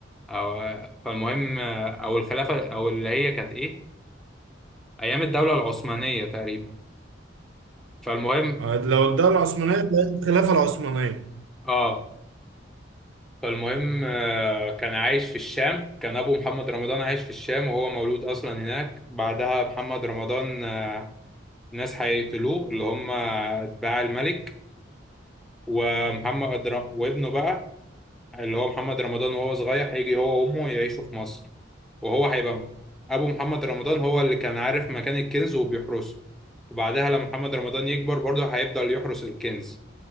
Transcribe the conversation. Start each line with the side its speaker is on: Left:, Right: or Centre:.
Centre: أو فالمهم أو الخلافة أو اللي هي كانت إيه أيام الدولة العثمانية تقريبا فالمهم
Right: آه، لو الدولة العثمانية بقت الخلافة العثمانية
Centre: آه فالمهم آه، كان عايش في الشام كان أبو محمد رمضان عايش في الشام وهو مولود أصلا هناك بعدها محمد رمضان آه، ناس هيقتلوه اللي هم أتباع الملك ومحمد ر- وابنه بقى اللي هو محمد رمضان وهو صغير هيجي هو وامه يعيشوا في مصر وهو هيبقى م- ابو محمد رمضان هو اللي كان عارف مكان الكنز وبيحرسه وبعدها لما محمد رمضان يكبر برضه هيفضل يحرس الكنز